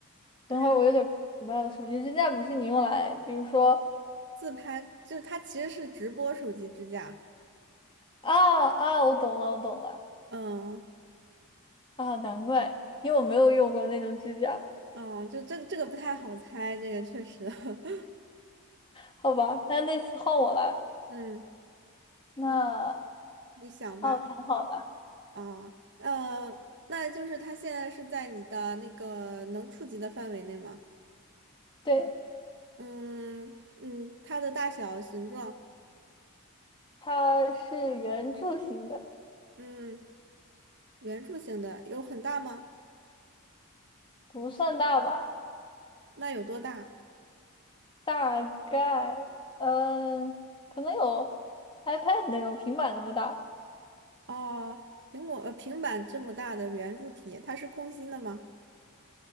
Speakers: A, on the right (about 55°); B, on the left (about 25°).
A: 对呀，
B: 等会儿我有点不明白了，手机支架不是你用来，比如说
A: 自拍就是它其实是直播手机支架。
B: 啊啊，我懂了，我懂了
A: 嗯
B: 啊，难怪，因为我没有用过那种支架。
A: 嗯，哦就这个这个不太好猜，这个确实。<laughs>
B: 好吧，那那次换我来，
A: 嗯
B: 那
A: 嗯，你想吧。
B: 哦，挺好的，
A: 啊，呃，那就是它现在是在你的那个能触及的范围内吗？
B: 对，
A: 嗯嗯，它的大小、形状，
B: 它是圆柱形的，
A: 嗯，圆柱形的有很大吗？
B: 不算大吧，
A: 那有多大？
B: 大概，嗯，可能有 iPad 那种平板那么大。
A: 哦，苹果呃，平板这么大的圆柱体，它是空心的吗？